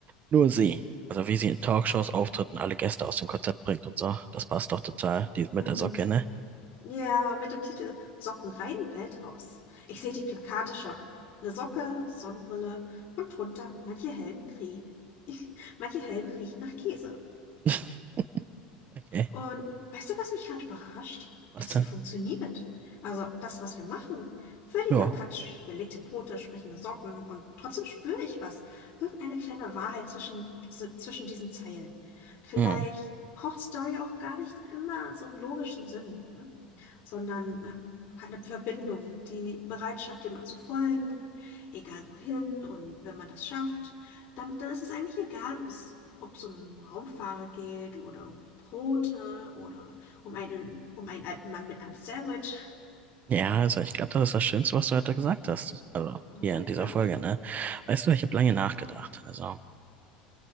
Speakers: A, on the right; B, on the left.
A: nur sie. Also wie sie in Talkshows auftritt und alle Gäste aus dem Konzept bringt und so. Das passt doch total, die mit
B: Mhm.
A: der Socke, ne?
B: Ja, mit dem Titel Socken rein, Welt raus. Ich sehe die Plakate schon. Eine Socke, Sonnenbrille und drunter manche Helden, krie- <laughs> manche Helden riechen nach Käse.
A: <laughs> Okay,
B: Und weißt du, was mich gerade überrascht?
A: was
B: Das
A: denn?
B: hier funktioniert. Also das, was wir machen. Völliger
A: Ja.
B: Quatsch. Belegte Brote, sprechende Socken und trotzdem spüre ich was. Irgendeine kleine Wahrheit zwischen, z- zwischen diesen Zeilen. Vielleicht
A: Hm.
B: braucht Story auch gar nicht immer so einen logischen Sinn. ne? sondern äh, halt eine Verbindung, die Bereitschaft, jemand zu folgen, egal wohin. Und wenn man das schafft, dann, dann ist es eigentlich egal, ob's, ob es um Raumfahrer geht oder um Brote oder um einen, um einen alten Mann mit einem Sandwich.
A: Ja, also ich glaube, das ist das Schönste, was du heute gesagt hast. Also
B: Na,
A: hier
B: danke.
A: in dieser Folge, ne? Weißt du, ich habe lange nachgedacht. Also.